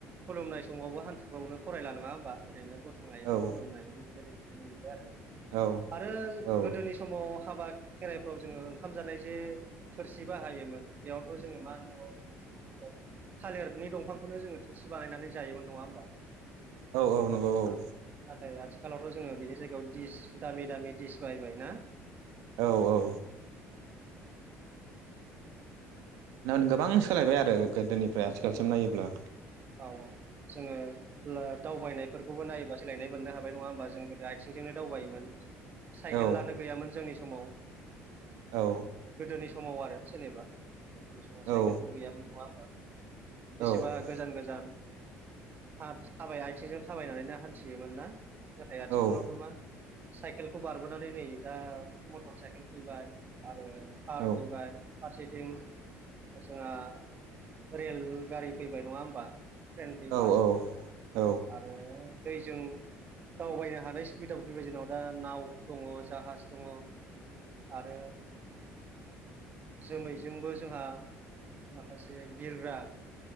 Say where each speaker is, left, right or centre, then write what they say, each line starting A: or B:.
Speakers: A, on the right; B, on the right.
A: खुलुमनाय समावबो हान्थुफ्रावनो फरायला नङा होमबा ओरैनो गसंनाया
B: औ
A: खुलुमनाय बेफोरबायदि नबाय
B: औ
A: आरो आरो
B: औ
A: गोदोनि समाव हाबा खेराइफ्राव जोङो ओंखाम जानाय जे थोरसि बाहायोमोन बेयावथ' जोङो मा न'आव थालिरनि दंफांखौनो जोङो थोरसि बानायनानै जायोमोन नङा होमबा
B: औ औ नंगौ औ।
A: नाथाय आथिखालावथ' जोङो बेनि जायगायाव दिस दामि दामि दिस बायबाय ना।
B: औ औ। थारमाने गोबां सोलायबाय आरो। गोदोनिफ्राय आथिखालसिम
A: सोलायबाय
B: नायोब्ला
A: औ जोङो ओ दावबायनायफोरखौबो नायोबा सोलायनाय मोननो हाबाय नङा होमबा जों गोदो आथिंजोंनो दावबायोमोन। साइकेल
B: औ
A: लानो गैयामोन जोंनि समाव।
B: औ।
A: गोदोनि समाव आरो जेनेबा जोंनि समाव
B: औ
A: साइकेलबो गैयामोन नङा होमबा? बेसेबा
B: औ
A: गोजान गोजान आद थाबाय आथिंजों थाबायनानैनो हान्थियोमोन ना? नाथाय आथिखालावथ'
B: औ
A: मा साइकेलखौ बारबोनानै नै दा मटर साइकेल फैबाय आरो कार
B: औ
A: फैबाय। फारसेथिं जोंहा रेल गारि फैबाय नङा होमबा? ट्रेन फैबाय।
B: औ औ
A: आरो दैजों दावबायनो हानाय सुबिदाबो फैबाय जोंनाव दा नाव दङ जाहाज दङ। आरो जोमैजोंबो जोंहा माखासे बिरग्रा